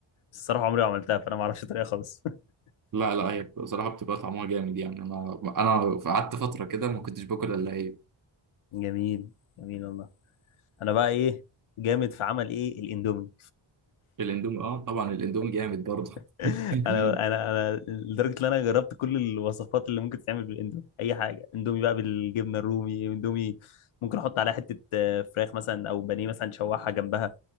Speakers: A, on the left; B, on the right.
A: الصراحه عمري ما عملتها فانا ما اعرفش الطريقه خالص <laughs>
B: لا لا هي بصراحه بتبقى طعمها جامد يعني انا انا قعدت فتره كده ما كنتش باكل الا هي
A: جميل جميل والله انا بقى ايه جامد في عمل ايه الاندومي
B: الاندومي اه طبعا الاندومي جامد برضه
A: <laughs>
B: <laughs>
A: انا انا انا لدرجه ان انا جربت كل الوصفات اللي ممكن تتعمل بالاندومي اي حاجه اندومي بقى بالجبنه الرومي اندومي ممكن احط عليها حته آه، فراخ مثلا او بانيه مثلا شوحها جنبها